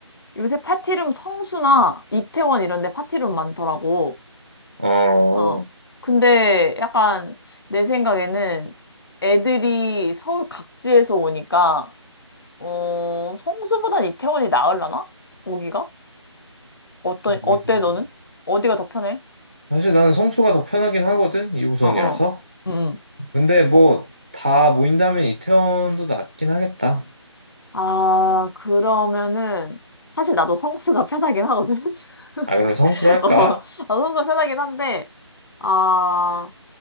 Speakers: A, on the left (about 50°); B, on the right (about 20°).
A: 요새 파티룸 성수나 이태원 이런 데 파티룸 많더라고.
B: 어.
A: 어. 근데 약간 내 생각에는 애들이 서울 각지에서 오니까 어, 성수보단 이태원이 나으려나? 오기가? 어떤
B: 음.
A: 어때 너는? 어디가 더 편해?
B: 사실 나는 성수가 더 편하긴 하거든, 2호선이라서.
A: 어, 어. 응. 응.
B: 근데 뭐 다 모인다면 이태원도 낫긴 하겠다.
A: 아, 그러면은, 사실 나도 성수가 편하긴 하거든? <laughs>
B: 아, 그럼 성수로 할까?
A: 어, 나도 성수가 편하긴 한데, 아,